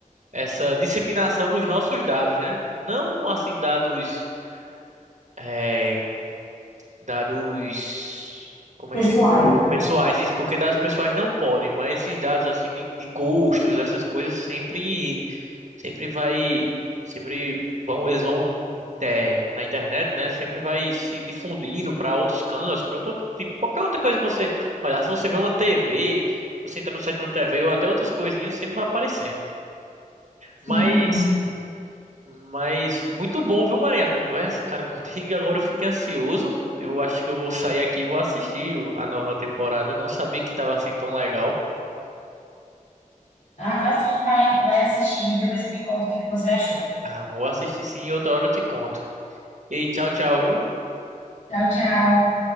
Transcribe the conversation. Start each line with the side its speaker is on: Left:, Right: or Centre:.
Right: essa disseminação dos nossos dados, né? Não assim dados, é, dados, como
Left: Pessoais,
Right: é que se
Left: né?
Right: pessoais, isso, porque dados pessoais não podem, mas esses dados assim de, de gostos, essas coisas sempre sempre vai, sempre vão, eles vão é, na internet, né? Sempre vai se difundindo para outros cantos, para todo tipo, qualquer outra coisa que você olhar, se você vê uma TV, você entra no site de uma TV ou até outras coisinhas, sempre vai aparecendo.
Left: Sim.
Right: Mas, mas muito bom, viu, Maria? A conversa, cara, <laughs> contigo. Agora eu fiquei ansioso. Eu acho que eu vou sair aqui e vou assistir o- a nova temporada. Não sabia que tava assim tão legal.
Left: Ah, tá sim, vai, vai assistir e depois você me conta o que que você achou.
Right: Ah, vou assistir sim, e outra hora eu te conto. E tchau, tchau, viu?
Left: Tchau, tchau.